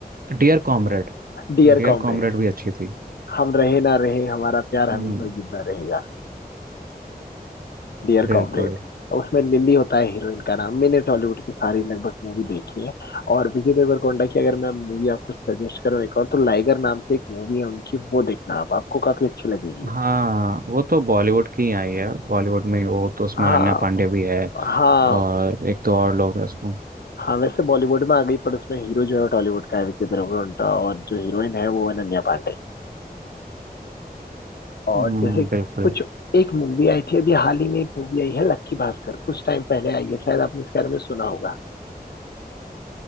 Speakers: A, on the right (about 65°); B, on the left (about 85°).
A: है डियर कॉमरेड
B: Dear
A: डियर
B: comrade
A: कॉमरेड भी अच्छी थी
B: हम रहे ना रहे हमारा प्यार
A: हम्म,
B: हमेशा जिंदा रहेगा Dear
A: बिल्कुल
B: comrade उसमें लिली होता है हीरोइन का नाम मैंने टॉलीवुड की सारी लगभग मूवी देखी है और विजय देवरकोंडा की अगर मैं मूवी आपको सजेस्ट करूँ एक और तो लाइगर नाम से एक मूवी है उनकी वो देखना आप आपको काफी अच्छी लगेगी
A: हाँ वो तो बॉलीवुड की ही आई है बॉलीवुड में ही वो तो उसमें
B: हाँ
A: अनन्या पांडे भी है
B: हाँ
A: और एक दो और लोग हैं उसमें
B: हाँ वैसे बॉलीवुड में आ गई पर उसमें हीरो जो है टॉलीवुड का है विजय देवरकोंडा और जो हीरोइन है वो है अनन्या पांडे और
A: हम्म,
B: जैसे
A: बिल्कुल
B: कुछ एक मूवी आई थी अभी हाल ही में एक मूवी आई है लक्की भास्कर कुछ टाइम पहले आई है शायद आपने इसके बारे में सुना होगा